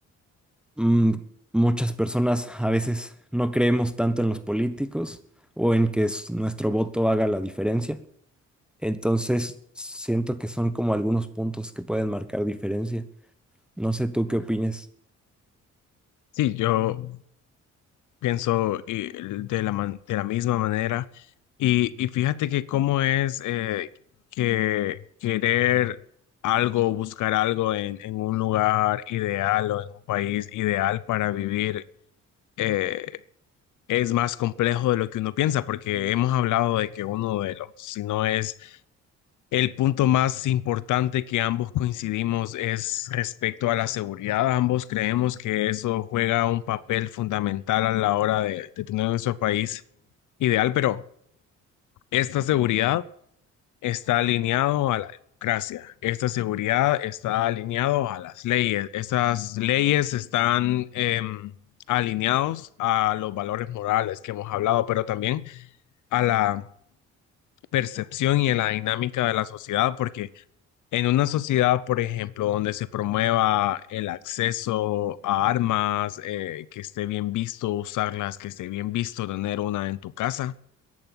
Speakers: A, in the centre; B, on the left.
A: Mm, muchas personas a veces no creemos tanto en los políticos o en que s- nuestro voto haga la diferencia. Entonces, siento que son como algunos puntos que pueden marcar diferencia. No sé tú qué opines.
B: Sí, yo pienso y de la, man- de la misma manera. Y, y fíjate que cómo es eh, que querer algo, buscar algo en, en un lugar ideal o en un país ideal para vivir eh, es más complejo de lo que uno piensa, porque hemos hablado de que uno de los, si no es el punto más importante que ambos coincidimos es respecto a la seguridad. Ambos creemos que eso juega un papel fundamental a la hora de, de tener nuestro país ideal, pero esta seguridad está alineado a la democracia. Esta seguridad está alineado a las leyes. Estas leyes están em, alineados a los valores morales que hemos hablado, pero también a la percepción y a la dinámica de la sociedad, porque en una sociedad, por ejemplo, donde se promueva el acceso a armas, eh, que esté bien visto usarlas, que esté bien visto tener una en tu casa,